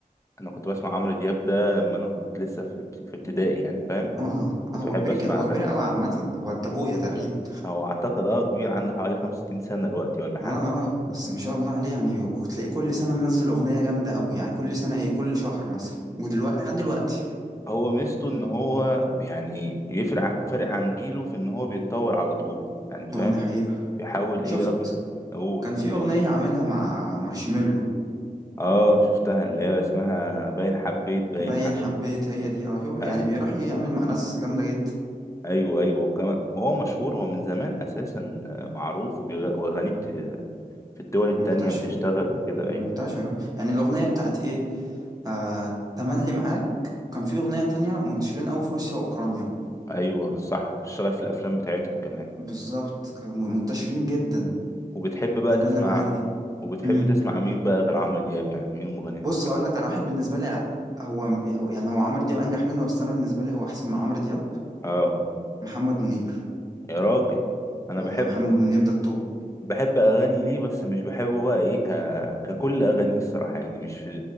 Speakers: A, on the left; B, on the right.
A: انا كنت بسمع عمرو دياب ده لما انا كنت لسه في ال- في ابتدائي يعني فاهم
B: اه
A: كنت
B: اه هو
A: بحب
B: كبير
A: اسمع
B: ج- هو
A: اغانيه
B: كبير قوي عامه هو قد ابويا تقريبا
A: هو اعتقد اه كبير عنده حوالي 65 سنة دلوقتي ولا
B: اه
A: حاجة
B: اه بس ما شاء الله عليه يعني وتلاقيه كل سنه منزل اغنيه جامده قوي يعني كل سنه ايه كل شهر مثلا ودلوقتي لحد دلوقتي
A: هو ميزته ان هو يعني يفرق ع- فرق عن جيله في ان هو بيتطور على طول يعني فاهم
B: اه دي حقيقه
A: بيحاول
B: شفت
A: ايه رغم اقول
B: كان في اغنيه عاملها مع مارشميلو
A: اه شفتها اللي هي اسمها باين حبيت باين
B: باين
A: حاجة
B: حبيت
A: زي-
B: هي دي اه شوف يعني
A: أي-
B: بيروح يعمل مع ناس جامده جدا
A: ايوه ايوه وكمان هو مشهور هو من زمان اساسا معروف وبيغ- واغانيه بت- في الدول التانية
B: منتشرة
A: بتشتغل وكده
B: منتشرة
A: ايوه
B: يعني الأغنية بتاعت إيه آه تملي معاك كان في أغنية تانية منتشرين أوي في روسيا وأوكرانيا
A: ايوه بالصح وبتشتغل في الافلام بتاعتهم كمان
B: بالظبط كانوا منتشرين جدا
A: وبتحب بقى
B: تملي
A: تسمع
B: معاك دي
A: وبتحب
B: امم
A: تسمع مين بقى غير عمرو دياب يعني مين المغني انت
B: بص
A: بتحبه
B: هقول لك على واحد بالنسبة لي هو هو- يعني هو عمرو دياب أنجح منه بس أنا بالنسبة لي هو أحسن من عمرو دياب
A: اه
B: محمد منير
A: يا راجل انا
B: والله
A: بحب
B: محمد منير ده التوب
A: بحب اغاني ليه بس مش بحبه بقى ايه ك... ككل اغانيه الصراحه يعني مش